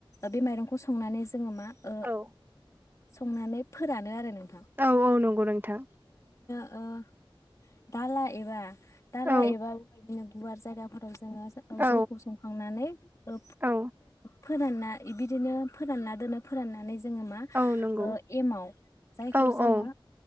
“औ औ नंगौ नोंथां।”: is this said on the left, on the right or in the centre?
Right